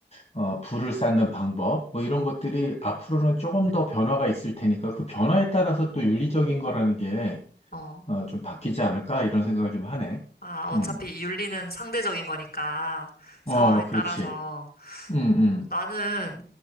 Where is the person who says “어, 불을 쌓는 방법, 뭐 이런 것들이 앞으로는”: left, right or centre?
Left